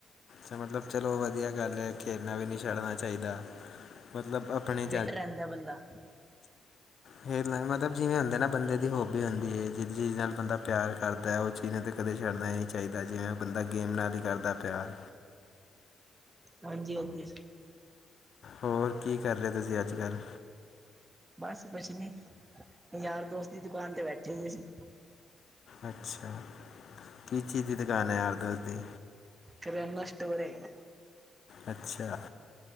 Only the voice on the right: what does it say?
ਫਿੱਟ ਰਹਿੰਦਾ ਬੰਦਾ
ਹਾਂਜੀ-ਹਾਂਜੀ।
ਬਸ ਕੁਛ ਨਹੀਂ ਯਾਰ ਦੋਸਤ ਦੀ ਦੁਕਾਨ ਤੇ ਬੈਠੇ ਹੋਏ ਸੀ।
ਕਰਿਆਨਾ ਸਟੋਰ ਹੈਗਾ